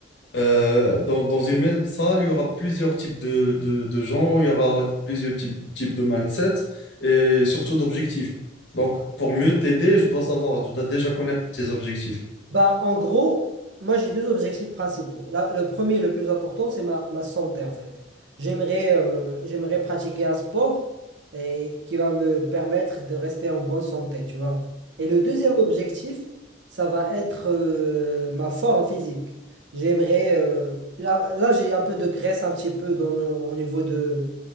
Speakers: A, on the left; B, on the right.
A: euh, dans, dans une même salle, il y aura plusieurs types de, de, de gens, il y aura plusieurs types, types de mindset et surtout d'objectifs. Donc, pour mieux t'aider, je dois savoir, je dois déjà connaître tes objectifs.
B: Bah, en gros, moi j'ai deux objectifs principaux. La- le premier et le plus important, c'est ma, ma santé en fait. J'aimerais euh, j'aimerais pratiquer un sport et, qui va me permettre de rester en bonne santé, tu vois. Et le deuxième objectif, ça va être euh, ma forme physique. J'aimerais... euh, là, là, j'ai un peu de graisse un petit peu dans le- au niveau de,